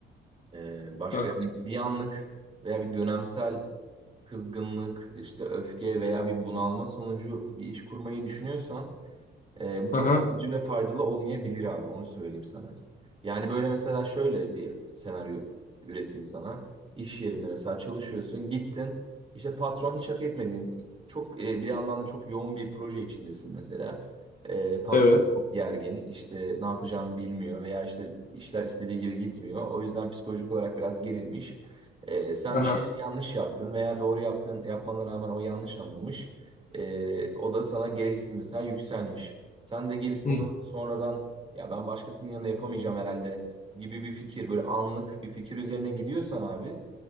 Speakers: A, on the right; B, on the left.
A: Ee, başka
B: Aha,
A: yani bir anlık veya bir dönemsel kızgınlık, işte öfke veya bir bunalma sonucu bir iş kurmayı düşünüyorsan Ee, bu çok
B: aha,
A: kalıcı ve faydalı olmayabilir abi onu söyleyeyim sana. Yani böyle mesela şöyle bir senaryo üreteyim sana. İş yerinde mesela çalışıyorsun gittin işte patron hiç hak etmediğin çok e, bir yandan da çok yoğun bir proje içindesin mesela. Ee, patron
B: evet.
A: çok gergin işte ne yapacağını bilmiyor veya işte işler istediği gibi gitmiyor. O yüzden psikolojik olarak biraz gerilmiş. Ee, sen
B: Aha.
A: bir şeyleri yanlış yaptın veya doğru yaptın yapmana rağmen o yanlış anlamış. Ee, o da sana gereksiz mesela yükselmiş. Sen de gelip bunu
B: Hı.
A: sonradan ya ben başkasının yanında yapamayacağım herhalde gibi bir fikir böyle anlık bir fikir üzerine gidiyorsan abi